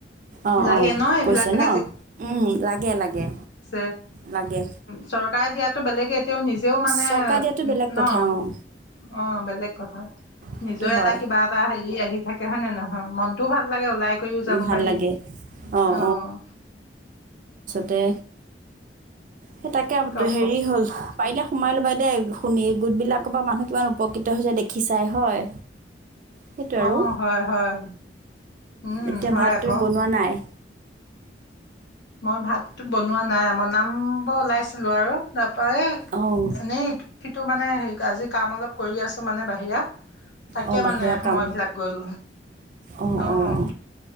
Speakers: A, on the right (about 45°); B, on the left (about 70°).
A: অ',
B: লাগে
A: অ',
B: ন এইবিলাক
A: কৈছে ন উম, লাগে লাগে।
B: চে
A: লাগে
B: চৰকাৰে দিয়ো বেলেগে এতিয়াও নিজেও মানে
A: চৰকাৰে
B: ন
A: দিয়াটো বেলেগ কথা অঁ
B: অ' বেলেগ কথা,
A: সেইটো
B: নিজৰ
A: হয়
B: এটা কিবা এটা হেৰি আহি থাকে হয় নে <unintelligible> হয়, মনটোওঁ ভাল লাগে। ওলাই কৰিওঁ যাব
A: ভাল
B: পাৰি
A: লাগে অঁ
B: অ'।
A: তে সেই তাকে
B: কওক
A: হেৰি হ'ল। পাৰিলে সোমাই ল'বা। দে শুনি গোটবিলাকৰ পৰা মানুহ কিমান উপকৃত হৈ যায় দেখি চাই হয়। সেইটো আৰু,
B: অ হয় হয় উম
A: এতিয়া
B: হয়
A: ভাত
B: আকৌ
A: তুমি বনোৱা নাই?
B: মই ভাতো বনোৱা নাই বনাম ব ওলাইছিলো আৰু তাৰ ত
A: অঁ
B: এনেইটো সিটো মানে হেৰি আজি কাম অলপ কৰি আছো মানে বাহিৰা। তাকে
A: অঁ বাহিৰা
B: মানে সময়বিলাক
A: কাম
B: গ'ল,
A: অঁ
B: অ'।
A: অঁ